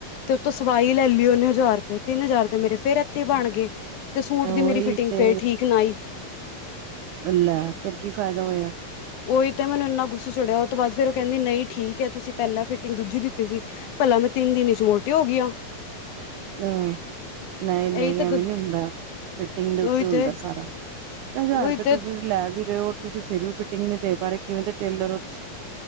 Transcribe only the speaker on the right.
ਉਹੀ
ਤੇ
ਲੈ ਫੇਰ ਕੀ ਫਾਏਦਾ ਹੋਏਆ
ਨ ਨਈ-ਨਈ
ਐਵੇਂ ਨੀ ਹੁੰਦਾ, ਫਿਟਿੰਗ ਦੇ ਉੱਤੇ
ਹੁੰਦਾ
ਸਾਰਾ। ਹਜ਼ਾਰ
ਰਪੇ
ਤੁਸੀ ਲੈ ਵੀ ਰੇਓ ਹੋਰ ਤੁਸੀ ਫੇਰ ਵੀ ਫਿਟਿੰਗ ਨੀ ਦੇ ਪਾਰੇ ਕਿਵੇਂ ਦੇ ਟੇਲਰ ਓ ਤੁਸ